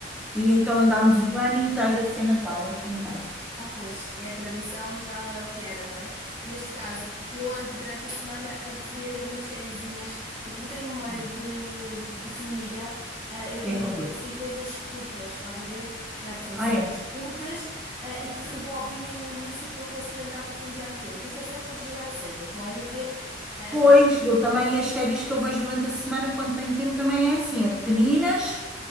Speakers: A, in the centre; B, on the right (about 25°).
A: e então andámos o ano inteiro a ser Natal aqui em casa.
B: Ah, pois, é a tradição, já não é o que era, não é? Neste caso, eu ando durante a semana a ver umas sériezinhas. Eu, como tenho memória
A: <laughs>
B: de, de formiga, ah, eu tenho
A: É
B: que
A: como?
B: ver assim coisas curtas, estás a ver? Ah, portanto,
A: Ah,
B: séries
A: é.
B: curtas, ah, e que rebobinem no início para eu me conseguir lembrar do que foi no dia anterior, que eu sou certa para desligar o cérebro. Então, ando a ver ah, as
A: Pois,
B: minhas
A: eu também as séries que eu vejo durante a semana, quando tenho tempo, também é assim, é pequeninas